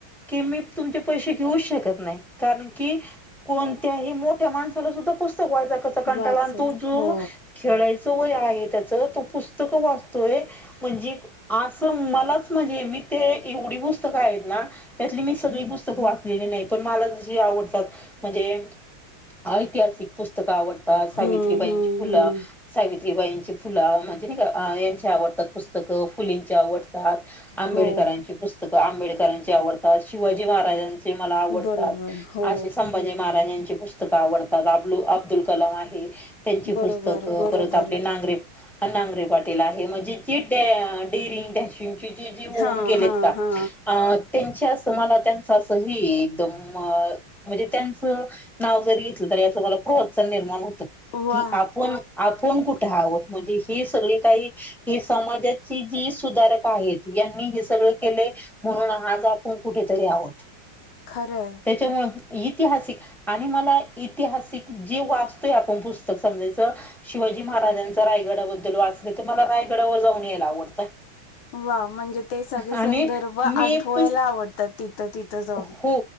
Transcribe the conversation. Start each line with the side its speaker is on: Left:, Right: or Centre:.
Centre: कि मी तुमचे पैसे घेऊच शकत नाही. कारण की कोणत्याही मोठ्या माणसाला सुद्धा पुस्तक वाचाय कंटाला
Left: वाचत
Centre: आणि तो जो
Left: हो
Centre: खेळायच वय आहे त्याच तो पुस्तकं वाचतोय म्हणजे असं मलाच म्हणजे मी ते एवढी वस पुस्तकं आहेत ना त्यातली मी सगळी पुस्तकं वाचलेली नाही पण मला जी आवडतात म्हणजे ऐतिहासिक पुस्तकं आवडतात
Left: हम्म
Centre: सावित्रीबाईंची
Left: हम्म
Centre: फुलं
Left: हम्म
Centre: सावित्रीबाईंची फुलं म्हणजे नाही का यांची आवडतात पुस्तकं फुलेंची आवडतात. आंबेडकरांची
Left: हो
Centre: पुस्तकं आंबेडकरांची आवडतात शिवाजी महाराजांची ते मला आवडतात
Left: बरोबर हो
Centre: असे संभाजी महाराजांची पुस्तकं आवडतात अबलू अब्दुल कलाम आहे त्यांची
Left: बरोबर
Centre: पुस्तकं
Left: बरोबर
Centre: परत आपले नांगरे नांगरे पाटील आहे म्हणजे जी डेरिंग टशिंगची ती जी होऊन
Left: हा
Centre: गेले
Left: हा
Centre: का
Left: हा
Centre: आं त्यांच्या असं मला हे त्यांच असंही एकदम म्हणजे त्यांचं नाव जरी घेतलं तरी याचं मला प्रोत्साहन निर्माण होत
Left: वा
Centre: की आपण आपणं कुंठे आहोंत म्हणजे ही सगळीं कांहीं ही समाजांत जी सुधारक आहेतं यांनी हे सगळं केले म्हणूंन आंज आपणं कुंठेतरी आहोंत
Left: खरं आहे
Centre: त्यांच्यामुळे ऐतिहासिक आणि मंला ऐतिहासिक जी वाचतोय आपणं पुस्तकं समजायचं शिवाजी महाराजांचा रायगडाबद्दल वाचलं तरं मलां रायगडावरं जाऊंन यांयला आवडतं
Left: वां म्हणजे ते सगळे
Centre: आणि
Left: संदर्भ आठवांयला
Centre: मी पुस्त
Left: आवडतांत तिथं तिथं जाऊन.
Centre: हो